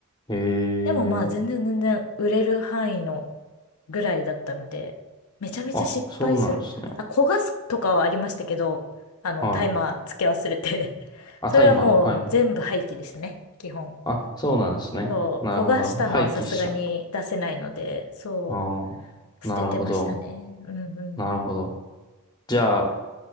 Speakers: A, on the left; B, on the left.
A: ええ
B: でもまあ、全然全然売れる範囲のぐらいだったので、めちゃめちゃ失敗する。
A: あ、そうなんですね。
B: あ、焦がすとかはありましたけど、あの、
A: はい。
B: タイマーつけ忘れて <laughs>
A: あ、
B: それはもう全部廃棄ですね、
A: タイマー、はい。
B: 基本。
A: あ、そうなんですね。
B: そう、
A: なるほど、
B: 焦がしたのはさすがに出せないので、
A: なるほど。廃棄しちゃうと。
B: そ
A: ああ、
B: う、
A: なるほど、
B: 捨ててましたね。うんうん。
A: なるほど。じゃあ、